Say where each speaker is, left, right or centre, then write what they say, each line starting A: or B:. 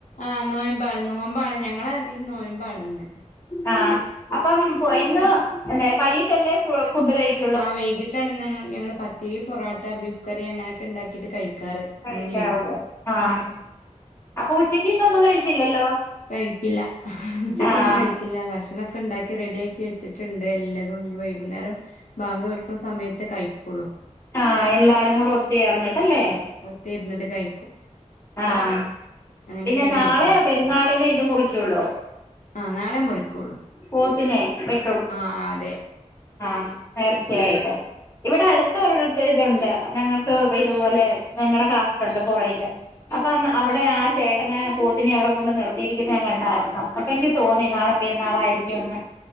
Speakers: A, on the left; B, on the left.
A: ആഹ് നൊയമ്പാണ് നോമ്പാണ് ഞങ്ങളതില് നൊയമ്പാണിന്ന്.
B: ആഹ് അപ്പം പൊ ഇന്ന് എന്ത വൈകിട്ടല്ലേ ഫുഡ് കഴിക്കൊ
A: ആഹ് വൈകിട്ടാണ് ഞങ്ങള് ഞങ്ങള് പത്തിരി, പൊറോട്ട, ബീഫ് കറി അങ്ങനക്കെണ്ടാക്കിട്ട് കഴിക്കാറ്.
B: കഴിക്കാറൊള്ളൂ.
A: അങ്ങനെയാണ്
B: ആഹ്
A: ഉം
B: അപ്പൊ ഉച്ചക്ക് ശേഷം ഒന്നും കഴിച്ചില്ലല്ലോ?
A: കഴിക്കില്ല. ഉച്ചക്കൊന്നും
B: ആഹ്
A: കഴിക്കില്ല ഭക്ഷണൊക്കെണ്ടാക്കി റെഡി ആക്കി വച്ചി ടെണ്ട് എല്ലതും. ഇനി വൈകുന്നേരം ബാങ്കൊട്ക്കുന്ന സമയത്ത് കഴിക്കൊള്ളൂ.
B: ആഹ് എല്ലാരും കൂടെ ഒത്തുചേർന്നിട്ടല്ലേ?
A: ഒത്തെരുന്നിട്ട് കഴിക്കും.
B: ആഹ്.
A: അങ്ങനെയൊക്കെയാണ്
B: പിന്നെ നാളെയാ
A: കഴിക്കാറ്
B: പെരുന്നാളിനെ ഇത് മുറിക്ക്യൊള്ളോ.
A: ആഹ് നാളെ മുറിക്കുള്ളൂ
B: പോത്തിനെ വെ
A: ആഹ് ആഹ് അതെ.
B: ആഹ് നേർച്ചയായിട്ട്. ഇവിടെ അടുത്ത ഒരുടത്ത് ഇതുണ്ട് ഞങ്ങൾക്ക് ഇതുപോലെ നിങ്ങടെ കാസ്റ്റ്ണ്ട് പുറകില്. അപ്പം അവിടെ ആ ചേട്ടന് പോത്തിനി അവിടെ കൊണ്ട് നിർത്തിയിരിക്കുന്നെ ഞാൻ കണ്ടായിരുന്നു. അപ്പൊ എനിക്ക് തോന്നി നാളെ പെരുന്നാളായിരിക്ക്യൂന്ന്.